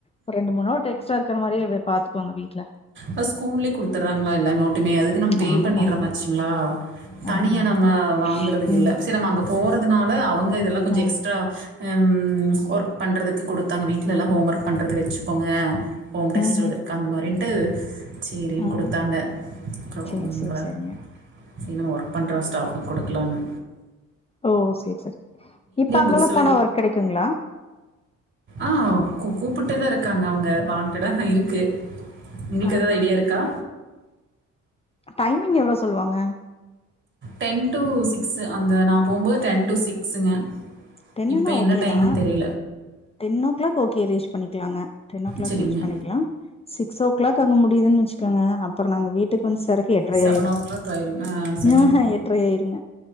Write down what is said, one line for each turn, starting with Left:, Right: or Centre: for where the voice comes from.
Left: ஒரு ரெண்டு மூணு நோட்டு எக்ஸ்ட்ரா இருக்கற மாரியே வே பாத்துக்கோங்க வீ வீட்டுல
Right: ஆ ஸ்கூல்லேயே குடுத்துடுறாங்களா எல்லா நோட்டுமே அதுக்கு நம்ம பே
Left: ஆமா
Right: பண்ணிறாமாச்சு
Left: ஆமா
Right: ங்களா தனியாக
Left: ஆமா
Right: நம்ம வாங்கறதுக்கு
Left: ம்
Right: இல்ல செரி நம்ம அங்கே போறதுனால அவங்க இதெல்லா கொஞ்சு
Left: ம்
Right: எக்ஸ்ட்ரா ம் ஒர்க் பண்ணுறதுக்கு கொடுத்தாங்க வீட்டுலல்லா ஹோம் ஒர்க் பண்ணுறதுக்கு வெச்சுக்கோங்க ஹோம் டெஸ்ட்
Left: ம்
Right: எழுதருக்கு
Left: ம்
Right: அந்த மாரினு ட்டு சேரினு
Left: ம்
Right: குடுத்தாங்க அப்ரோ
Left: சேரி
Right: ரொம்ப
Left: சேரி சேரிங்க
Right: சரி நம்ப ஒர்க் பண்றோ ஸ்டாஃபுக்கு குடுக்கலானு
Left: ஓ செரி சரி இப்ப அங்கெல்லா
Right: புக்ஸ்
Left: போனா ஒர்க் கெடைக்குங்களா
Right: ஆஹ் கூ கூப்பிட்டேதா இருக்காங்க அவங்க வான்டெடா இருக்கு ஒங்ளுக்கு
Left: ஆஹா
Right: எதாது ஐடியா இருக்கா
Left: டைமிங் எவ்ளோ சொல்லுவாங்க
Right: டென் டு சிக்ஸ் அந்த நா போம்போது டென் டு சிக்ஸ்ங்க
Left: டென்னுனா
Right: இப்ப என்ன
Left: ஓகே
Right: டைம்னு
Left: தா
Right: தெரி
Left: ten o'clock okay reach பண்ணிக்கலாங்க டென் ஓ கிளாக்
Right: சரிங்க.
Left: ரீச் பண்ணிக்கலா சிக்ஸ் ஓ கிளாக் கங்க முடியதுன்னு வச்சுக்கோங்க அப்றோ நாங்க வீட்டுக்கு வந்து சேரக்கு எட்ரை
Right: செவனோ
Left: ஆயிரு
Right: ஓ கிளாக் ஆயிருங்க செவன்
Left: ஆஹா எட்ரை ஆயிருங்க